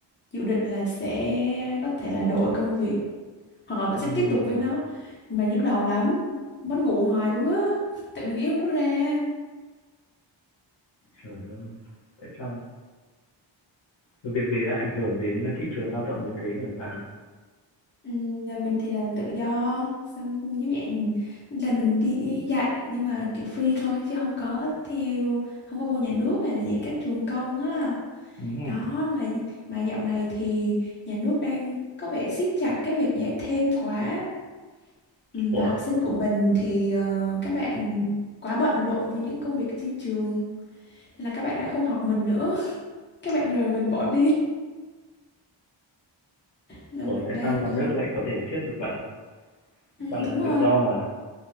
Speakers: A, on the left; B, on the left.
A: dự định là sẽ có thể là đổi công việc hoặc là vẫn sẽ
B: Ừm,
A: tiếp tục với nó nhưng mà nhức đầu lắm mất ngủ hoài luôn á <laughs> tại vì nghĩ không có ra
B: trời ơi, tại sao? Việc gì đã ảnh hưởng đến thị trường lao động đến thế hả bạn?
A: Ừm, Nhà mình thì làm tự do xong giống dạng là mình đi dạy nhưng mà kiểu free thôi chứ không có theo không có vô nhà nước hay là dạy các trường công á
B: Ừm,
A: Đó mà mà dạo này thì nhà nước đang có vẻ siết chặt cái việc dạy thêm quá. Ừ,
B: Ủa,
A: và học sinh của mình thì ờ, các bạn quá bận rộn với những công việc trên trường nên là các bạn đã không học mình nữa. <laughs> Các bạn rời mình bỏ đi. Là
B: ủa
A: mình
B: tại
A: đang
B: sao nhà
A: ờ,
B: nước lại có thể siết được bạn?
A: ừ,
B: Bạn làm
A: đúng rồi.
B: tự do mà.